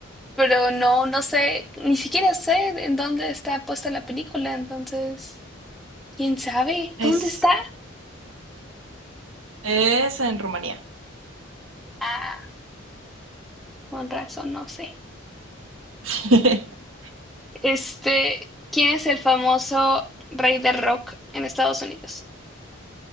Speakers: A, in the centre; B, on the right (about 75°).
A: pero no, no sé, ni siquiera sé en dónde está puesta la película, entonces, ¿quién sabe
B: Es,
A: dónde está?
B: es en Rumanía.
A: Ah, con razón, no sé.
B: <laughs>
A: Este, ¿quién es el famoso rey del rock en Estados Unidos?